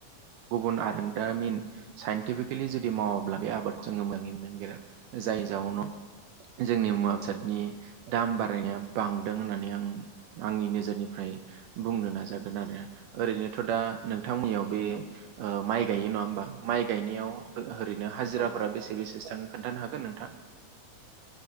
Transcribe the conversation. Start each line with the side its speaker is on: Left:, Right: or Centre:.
Right: गुबुन आरोंदामिन साइन्टिफिकेलि जुदि मावाब्ला बे आबादखौ जो मोजाङै मोननो नागिरा जाय
Left: औ
Right: जाउनाव जोंनि
Left: औ
Right: मुवा बेसादनि
Left: नंगौ
Right: दाम बारायनाया बांदों होननानै आं आंनि नोजोरनिफ्राय बुंनो नाजागोन आरो ओरैनोथ' दा नोंथांमोननियाव बे
Left: औ
Right: ओ माइ गायो नङा होमबा माइ गायनायाव ओरैनो हाजिराफोरा
Left: औ
Right: बेसे बेसेसो थाङो खोन्थानो हागोन नोंथां?